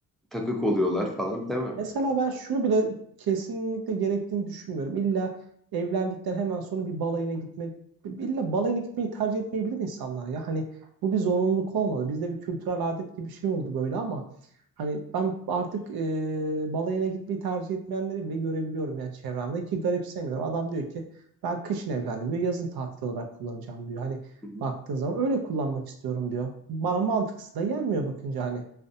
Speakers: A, in the centre; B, on the right.
A: takık oluyorlar falan değil mi?
B: Mesela ben şunu bile kesinlikle gerektiğini düşünmüyorum. İlla evlendikten hemen sonra bir balayına gitmek, illa balayına gitmeyi tercih etmeyebilir insanlar ya. Hani bu bir zorunluluk olmalı. Bizde bir kültürel adet gibi bir şey oldu böyle ama hani ben artık e, balayına gitmeyi tercih etmeyenleri bile görebiliyorum yani çevremde ki garipsemiyorum. Adam diyor ki ben kışın evlendim diyor, yazın tatil olarak kullanacağım diyor. Hani
A: Hı hı.
B: baktığın zaman öyle kullanmak istiyorum diyor. Bana mantıksız da gelmiyor bakınca hani.